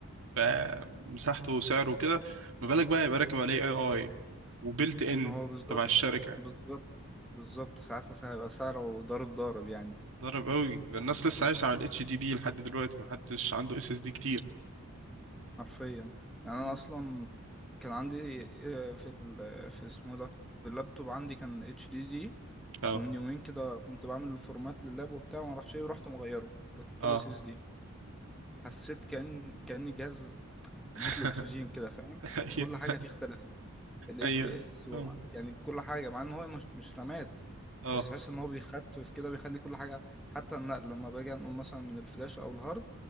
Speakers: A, on the right; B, in the centre.
A: فمساحته وسعره كده ما بالك بقى يبقى راكب عليه اي اي وبيلت ان
B: هو بالظبط
A: تبع الشركه
B: بالظبط بالظبط ساعتها هيبقى سعره ضارب ضارب يعني
A: ضرب قوي ده الناس لسه عايشه على الاتش دي دي لحد دلوقتي ما حدش عنده اس اس دي كتير
B: حرفيا يعني
A: مم.
B: انا اصلا كان عندي آه، في ال... في اسمه ده في اللابتوب عندي كان اتش دي دي
A: اه
B: ومن يومين كده كنت بعمل الفورمات لللاب وبتاع ومعرفش ايه ورحت مغيره ركبت
A: اه
B: له اس اس دي حسيت كأن كأن الجهاز
A: <laughs>
B: اديت له اكسجين كده فاهم
A: ايوه
B: كل حاجة فيه اختلفت الاف
A: ايوه
B: بي اس و...
A: اه
B: يعني كل حاجة مع ان هو مش, مش رامات
A: اه
B: بس حس ان هو بيخفف كده بيخلي كل حاجة حتى النقل لما باجي انقل مثلا من الفلاش او الهارد